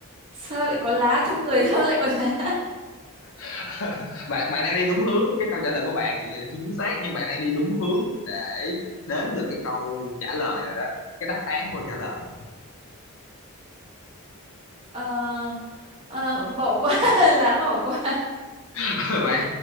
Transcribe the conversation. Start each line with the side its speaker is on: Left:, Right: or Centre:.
Right: sao lại có lá trong người sao lại có lá
Left: <laughs> bạn bạn đang đi đúng hướng cái câu trả lời của bạn hiện giờ chưa chính xác nhưng bạn đang đi đúng hướng để đến được cái câu trả lời rồi đó cái đáp án câu trả lời rồi
Right: Ờ, ờ, bỏ qua <laughs> lá bỏ qua
Left: <laughs> bạn